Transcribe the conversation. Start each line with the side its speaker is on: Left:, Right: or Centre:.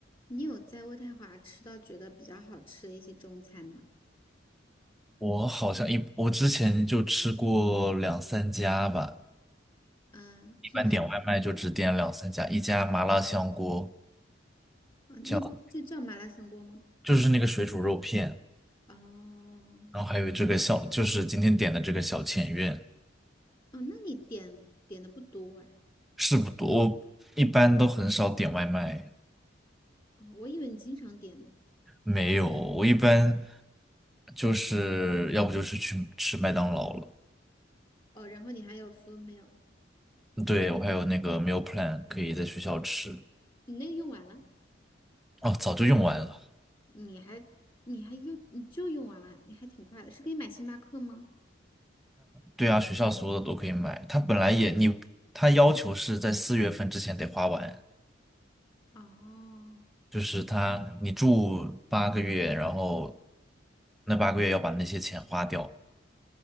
Left: 你有在渥太华吃到觉得比较好吃的一些中餐吗？
Centre: 我好像一，我之前就吃过两三家吧，
Left: 嗯，
Centre: 一般点外卖就只点两三家，
Left: 是哪？
Centre: 一家麻辣香锅，
Left: 啊，
Centre: 叫
Left: 那家就叫麻辣香锅吗？
Centre: 就是那个水煮肉片，
Left: 哦，
Centre: 然后还有这个小，就是今天点的这个小前院，
Left: 哦，那你点点的不多哎，
Centre: 是不多，我一般都很少点外卖，
Left: 哦，我以为你经常点呢。
Centre: 没有，我一般就是要不就是去吃麦当劳了，
Left: 哦，然后你还有 full meal，
Centre: 对，我还有那个 meal plan 可以在学校吃，
Left: 你那个用完了？
Centre: 哦，早就用完了。
Left: 你还你还用你就用完了，你还挺快的，是可以买星巴克吗？
Centre: 对啊，学校所有的都可以买。他本来也你，他要求是在四月份之前得花完，
Left: 哦，
Centre: 就是他你住八个月，然后那八个月要把那些钱花掉